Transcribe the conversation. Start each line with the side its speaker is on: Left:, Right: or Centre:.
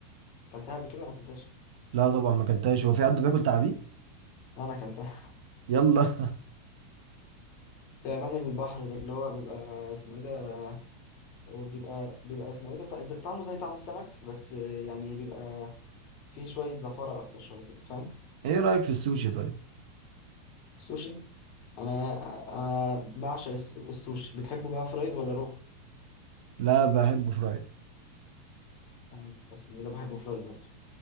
Left: اكلتها قبل كده ولا ما اكلتهاش
Right: لا طبعا ما اكلتهاش هو في حد بياكل تعابين
Left: انا اكلتها
Right: يلا
Left: تعبان البحر ده اللي هو بيبقى اسمه ايه ده بيبقى بيبقى اسمه ايه ده طع- زي- طعمه زي طعم السمك بس يعني بيبقى فيه شوية زفارة اكتر شوية كده فاهم
Right: <laughs> ايه رايك في السوشي طيب
Left: السوشي انا انا بعشق الس- السوشي بتحبه بقى فرايد ولا روح
Right: لا بحبه فرايد
Left: يعني اسمه ايه ده بحبه فرايد برضه